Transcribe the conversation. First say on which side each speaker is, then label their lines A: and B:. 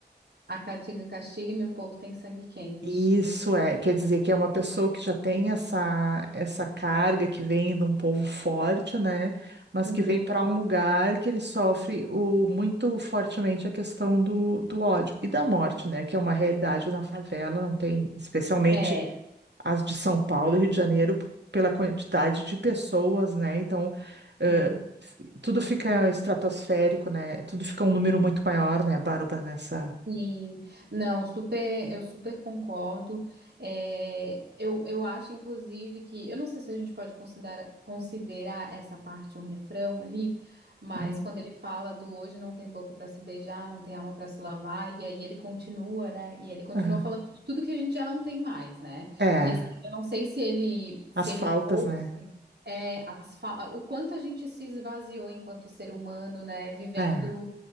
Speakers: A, on the right; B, on the right.
A: A caatinga castiga e meu povo tem sangue quente.
B: Isso é, quer dizer que é uma pessoa que já tem essa, essa carga que vem de um povo forte, né? Mas
A: Uhum.
B: que vem para um lugar que ele sofre o, muito fortemente a questão do, do ódio e da morte, né? Que é uma realidade na favela, não tem, especialmente
A: É,
B: as de São Paulo e Rio de Janeiro, p- pela quantidade de pessoas, né? Então, eh,
A: sim.
B: f- tudo fica estratosférico, né? Tudo fica um número muito maior, né, Bárbara, nessa.
A: Sim, não, super, eu super concordo. É, eu, eu acho, inclusive, que eu não sei se a gente pode considerar, considerar essa parte um refrão ali, mas
B: Ah,
A: quando ele fala do hoje não tem boca para se beijar, não tem alma para se lavar, e aí ele continua, né? E ele continua
B: ah.
A: falando de tudo que a gente já não tem mais, né?
B: É,
A: E assim, eu não sei se ele se
B: as
A: ele
B: faltas,
A: trouxe
B: né?
A: é, as fa- o quanto a gente se esvaziou enquanto ser humano, né? Vivendo
B: É,